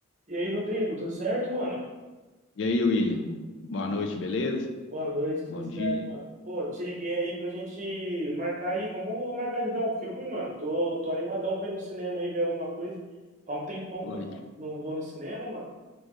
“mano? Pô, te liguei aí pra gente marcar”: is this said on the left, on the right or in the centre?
Right